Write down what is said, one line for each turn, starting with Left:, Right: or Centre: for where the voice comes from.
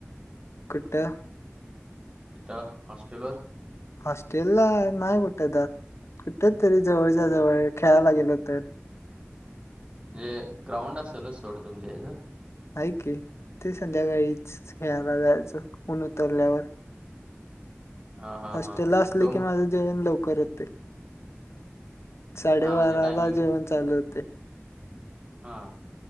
Left: कुठं
Right: तिथ हॉस्टेलवर
Left: हॉस्टेलला नाही कुठे त्या कुठ तरी जवळच्या जवळ खेळायला गेलो तर
Right: म्हणजे ग्राउंड असेलच सोड तुमच्या इथं,
Left: आहे कि ते संध्याकाळीच खेळायला जायचं ऊन उतरल्यावर,
Right: हा हा
Left: हॉस्टेलला
Right: हा
Left: असले
Right: डोंग
Left: की माझं जेवण लव करत साडेबारा
Right: हा म्हणजे टायमिंग
Left: ला जेवण चालू होते.
Right: हा